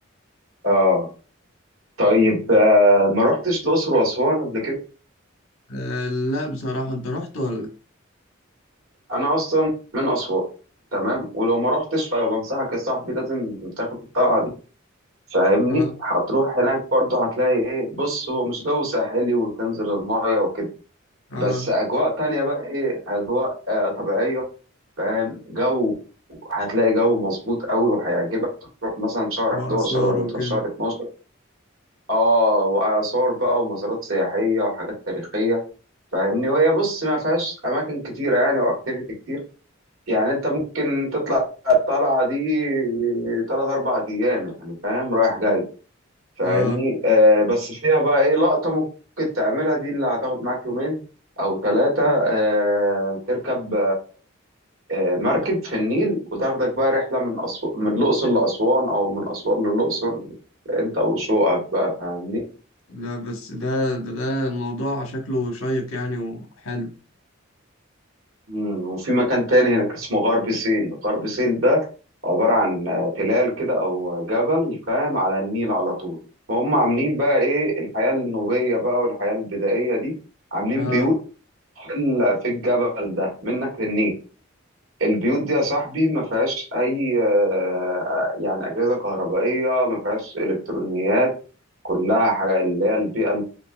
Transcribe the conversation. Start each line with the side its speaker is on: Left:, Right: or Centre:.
Right: آه. طيب آه، ما رحتش الاقصر واسوان قبل كده
Left: آه لا بصراحة أنت رحت ولا؟
Right: انا اصلا من اسوان تمام ولو ما رحتش فانا بنصحك يا صاحبي لازم تاخد الطلعة دي فاهمني
Left: آه
Right: هتروح هناك برضه هتلاقي ايه بص هو مش جو ساحلي وتنزل المايه وكده
Left: آه
Right: بس اجواء تانية بقى ايه اجواء آه طبيعية فاهم جو هتلاقي جو مظبوط قوي وهيعجبك تروح مثلا شهر 11
Left: وآثار
Right: ولا
Left: وكده
Right: تروح شهر 12 اه واثار بقى ومزارات سياحية وحاجات تاريخية فاهمني وهي بص ما فيهاش اماكن كتيرة يعني واكتيفيتي كتير يعني انت ممكن تطلع الطلعة دي تلات اربع ايام يعني فاهم رايح جاي فاهمني
Left: آه
Right: آه بس فيها بقى ايه لقطة ممكن تعملها دي اللي هتاخد معاك يومين او ثلاثة آه تركب آه مركب في النيل وتاخدك بقى رحلة من أسو... من الأقصر لأسوان او من أسوان للأقصر انت وشوقك بقى فاهمني
Left: لا بس ده ده ده الموضوع شكله شيق يعني وحلو
Right: مم. وفي مكان تاني هناك اسمه غرب سهيل غرب سهيل ده عبارة عن آه، تلال كده او جبل فاهم على النيل على طول وهم عاملين بقى ايه الحياة النوبية بقى والحياة البدائية دي عاملين
Left: آه
Right: بيوت اللي في الجبل ده منك للنيل البيوت دي يا صاحبي ما فيهاش اي آه، يعني اجهزه كهربائيه ما فيهاش الكترونيات كلها حاجه اللي هي البيئه